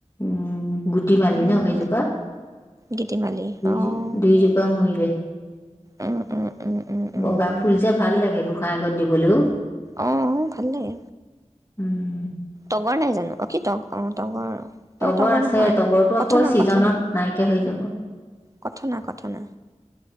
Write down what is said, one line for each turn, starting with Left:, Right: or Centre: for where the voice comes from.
Left: উম গুটি মালি
Right: উম
Left: ন সেইজোপা
Right: গীতিমালি
Left: দুইজো
Right: অ',
Left: দুইজোপা মৰিলে,
Right: উম, উম, উম, উম, উম,
Left: বগা ফুল যে ভাল লাগে <unintelligible> আগত দিবলৈও।
Right: অঁ ভাল লাগে,
Left: উম
Right: তগৰ নাই জানো অ কি তগ অঁ তগৰ
Left: তগৰ
Right: অ',
Left: আছে
Right: নহয়
Left: তগৰটো
Right: কথনা,
Left: আকৌ ছিজনত
Right: কথনা,
Left: নাইকিয়া হৈ যাব।
Right: কথনা, কথনা